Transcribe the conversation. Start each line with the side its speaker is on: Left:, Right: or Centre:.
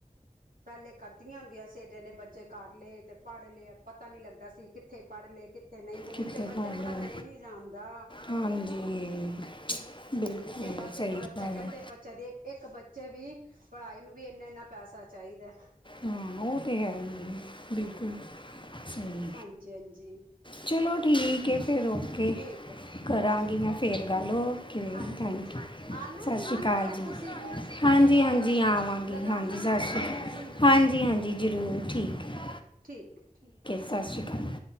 Right: ਪੈਹਲੇ ਕਰਦੀਆਂ ਹੁੰਦੀਆਂ ਸੀ, ਏਡੇ ਏਨੇ ਬੱਚੇ ਕਰ ਲਏ ਤੇ ਪੜ੍ਹ ਲਏ, ਪਤਾ ਨੀ ਲੱਗਦਾ ਸੀ। ਕਿੱਥੇ ਪੜ੍ਹ ਲਏ ਕਿ ਇੱਥੇ ਨਹੀਂ, ਹੁਣ
Left: ਕਿਤੇ
Right: ਤੇ ਬੱਚਾ
Left: ਪਾ ਲਓ
Right: ਪੜ੍ਹਾਇਆ ਹੀ ਨੀ ਜਾਂਦਾ।
Left: ਹਾਂਜੀ ਬਿਲਕੁਲ
Right: ਹੁਣ ਤੇ ਬਸ
Left: ਸਹੀ
Right: ਇੱਕ ਬੱਚ
Left: ਗੱਲ
Right: ਕੈਹਦੇ,
Left: ਹੈ।
Right: ਬੱਚਾ ਦੀ ਇੱਕ ਬੱਚੇ ਦੀ ਪੜ੍ਹਾਈ ਨੂੰ ਵੀ ਏਨਾ -ਏਨਾ ਪੈਸਾ ਚਾਹੀਦਾ।
Left: ਹਾਂ ਉਹ ਤੇ ਹੈ ਹੀ ਐ, ਬਿਲਕੁਲ ਸਹੀ
Right: ਹਾਂਜੀ ਹਾਂਜੀ
Left: ਚਲੋ ਠੀਕ ਹੈ ਫਿਰ ਓਕੇ
Right: ਠੀਕ ਹੈ
Left: ਕਰਾਂਗੀ
Right: ਓਕੇ
Left: ਮੈਂ ਫੇਰ ਗੱਲ, ਓਕੇ
Right: ਹਾਂਜੀ-ਹਾਂਜੀ
Left: ਥੈਂਕ ਯੂ
Right: ਆਨਾ
Left: ਸਤਿ
Right: ਜ਼ਰੂਰ
Left: ਸ਼੍ਰੀ ਅਕਾਲ
Right: ਘਰ
Left: ਜੀ,
Right: ਤੁਸੀਂ ਵੀ ਸਤਿ
Left: ਹਾਂਜੀ
Right: ਸ੍ਰੀ
Left: ਹਾਂਜੀ
Right: ਅਕਾਲ
Left: ਆਵਾਂਗੀ
Right: ਲਗਾਨਾ
Left: ਹਾਂਜੀ ਸਤਿ
Right: ਚੱਕਰ
Left: ਸ਼੍ਰੀ ਅਕਾਲ
Right: ਤੁਸੀਂ
Left: ਹਾਂਜੀ ਹਾਂਜੀ ਜ਼ਰੂਰ ਠੀਕ ਹੈ
Right: ਠੀਕ ਹੈ ਠੀਕ
Left: ਸਤਿ ਸ਼੍ਰੀ ਅਕਾਲ